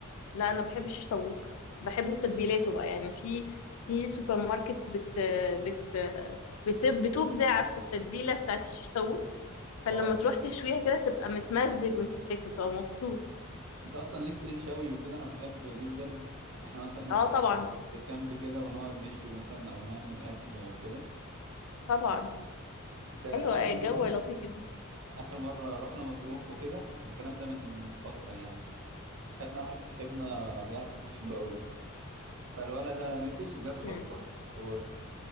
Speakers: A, on the left (about 80°); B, on the right (about 70°).
A: لا انا بحب الشيش طاووق بحبه بتتبيلاته بقى يعني في في سوبر ماركت بت بت بت بتبدع في التتبيله بتاعت الشيش طاووق فلما
B: اه
A: تروح تشويها كده تبقى متمزج وانت بتاكل تبقى مبسوط
B: انت اصلا ليك في الشوي وكده انا بحب جدا احنا مثلا نخرج
A: اه طبعا
B: في كامب كده ونقعد نشوي مثلا او نعمل اكل او كده
A: طبعا
B: انت اخر
A: ايوه الجو
B: مره
A: لطيف جدا
B: اخر مره رحنا مطروح وكده الكلام ده من من فتره يعني خدنا واحد صاحبنا بيعرف يطبخ حلو قوي فالولد ده نزل جاب
A: مم.
B: بطه و...